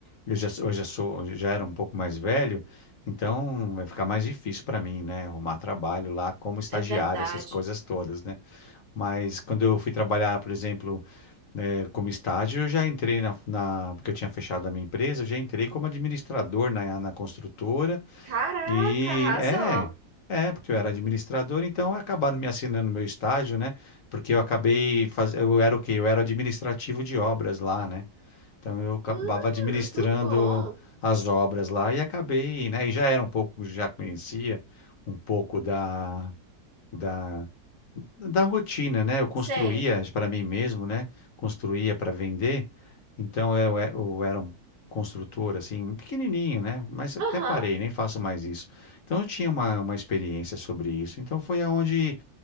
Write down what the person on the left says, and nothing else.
eu já, sou- eu já sou, eu já era um pouco mais velho, então vai ficar mais difícil para mim, né, arrumar trabalho lá como estagiário,
essas coisas todas, né. Mas quando eu fui trabalhar, por exemplo, é, como estágio, eu já entrei na, na- Porque eu tinha fechado a minha empresa, eu já entrei como administrador na, na construtora.
E
é, é, porque eu era administrador, então acabaram me assinando meu estágio, né? Porque eu acabei faz... Eu era o quê? Eu era administrativo de obras lá, né? Então eu acabava
administrando
as obras lá e acabei, né? E já era um pouco, já conhecia um pouco da da, da rotina, né? Eu construía
para mim mesmo, né? Construía para vender. Então eu, e- eu era um construtor assim, pequenininho, né? Mas
até parei, nem faço mais isso. Então eu tinha uma, uma experiência sobre isso. Então foi aonde,